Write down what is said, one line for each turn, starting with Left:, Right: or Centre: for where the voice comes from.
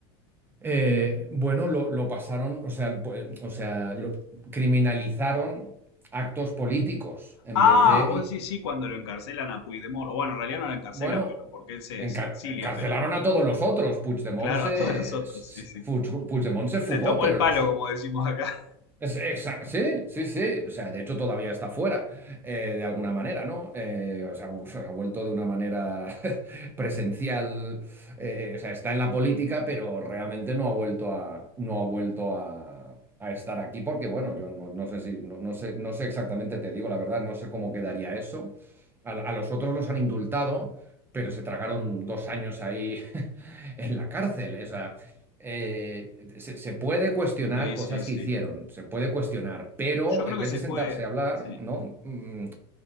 Right: Eh, bueno, lo, lo pasaron, o sea, pues, o sea, lo- criminalizaron actos políticos en
Left: Ah,
Right: vez de,
Left: vos decís sí cuando lo encarcelan a Puigdemont. O bueno, en realidad no lo encarcelan,
Right: bueno,
Left: pero porque él se,
Right: encar-
Left: se exilia,
Right: encarcelaron
Left: pero
Right: a todos los otros. Puigdemont
Left: claro,
Right: se,
Left: a todos los otros,
Right: s-
Left: sí, sí.
Right: Puig- Puigdemont se fugó,
Left: Se tomó
Right: pero
Left: el
Right: los,
Left: palo, como decimos acá. <laughs>
Right: Es- exa- sí, sí, sí. O sea, de hecho todavía está fuera, eh, de alguna manera, ¿no? Eh, o sea, u- se ha vuelto de una manera <laughs> presencial. eh, eh, o sea, está en la política, pero realmente no ha vuelto a, no ha vuelto a, a estar aquí porque, bueno, yo no, no sé si, no, no sé, no sé exactamente, te digo la verdad, no sé cómo quedaría eso. A, a los otros los han indultado, pero se tragaron dos años ahí <laughs> en la cárcel. O sea, eh, se, se puede cuestionar
Left: Sí,
Right: cosas
Left: sí, sí.
Right: que hicieron, se puede cuestionar, pero
Left: Yo creo
Right: en
Left: que
Right: vez
Left: se
Right: de sentarse
Left: puede,
Right: a hablar,
Left: sí.
Right: ¿no? Mm, eh,